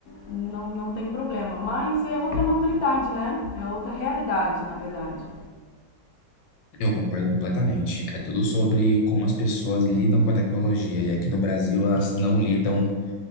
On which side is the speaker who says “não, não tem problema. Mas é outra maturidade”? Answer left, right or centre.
Left